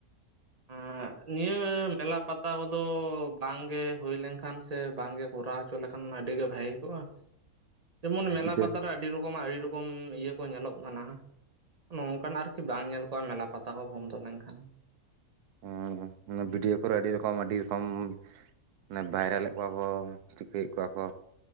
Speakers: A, on the right; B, on the right.
A: <unintelligible> ᱱᱤᱭᱟᱹ ᱢᱮᱞᱟ ᱯᱟᱛᱟ ᱠᱚᱫᱚ ᱵᱟᱝᱜᱮ ᱦᱩᱭ ᱞᱮᱱᱠᱷᱟᱱ ᱥᱮ ᱥᱮ ᱵᱟᱝᱜᱮ ᱠᱚᱨᱟᱣ ᱦᱚᱪᱚ ᱞᱮᱠᱷᱟᱱ ᱟᱹᱰᱤ ᱜᱮ ᱵᱷᱟᱹᱜᱮ ᱠᱚᱜᱼᱟ ᱡᱮᱢᱚᱱ ᱢᱮᱞᱟ
B: ᱜᱤᱫᱟᱹᱨ
A: ᱯᱟᱛᱟ ᱨᱮ ᱟᱹᱰᱤ ᱨᱚᱠᱚᱢᱟᱜ ᱟᱹᱰᱤ ᱨᱚᱠᱚᱢ ᱤᱭᱟᱹ ᱠᱚ ᱧᱮᱞᱚᱜ ᱠᱟᱱᱟ ᱱᱚᱝᱠᱟᱱᱟᱜ ᱟᱨᱠᱤ ᱵᱟᱝ ᱧᱮᱞ ᱠᱚᱜᱼᱟ ᱢᱮᱞᱟ ᱯᱟᱛᱟ ᱠᱚ ᱵᱚᱱᱫᱚ ᱞᱮᱱᱠᱷᱟᱱ᱾
B: <unintelligible> ᱵᱷᱤᱰᱤᱭᱳ ᱠᱚᱨᱮ ᱟᱹᱰᱤ ᱨᱚᱠᱚᱢ ᱟᱹᱰᱤ ᱨᱚᱠᱚᱢ ᱚᱱᱮ ᱵᱷᱟᱭᱨᱟᱞᱮᱫ ᱠᱚᱣᱟ ᱠᱚ ᱪᱤᱠᱟᱹᱭᱮᱫ ᱠᱚᱣᱟ ᱠᱚ